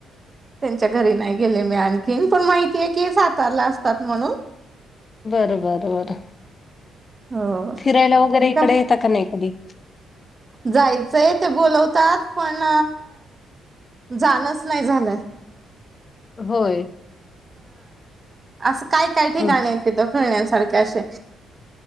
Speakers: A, on the right; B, on the left.
A: त्यांच्या घरी नाही गेले मी आणखीन पण माहिती आहे की सातारला असतात म्हणून.
B: बरं बर बरं
A: हो.
B: फिरायला वगैरे इकडे
A: काय
B: येता का नाही कधी
A: जायचंय ते बोलवतात पण जाणच नाही झालं
B: होय
A: असं काय काय ठिकाण
B: हम्म.
A: हाइत तिथ फिरण्यासारखे अशे